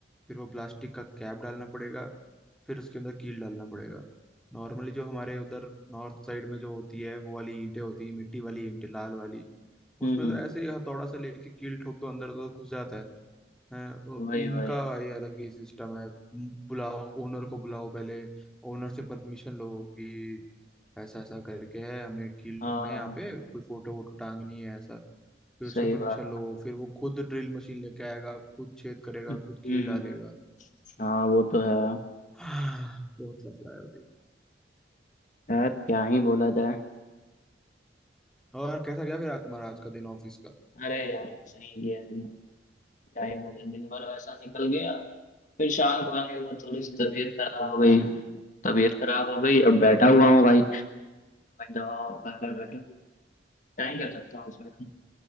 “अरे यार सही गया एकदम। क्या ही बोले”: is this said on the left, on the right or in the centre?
Left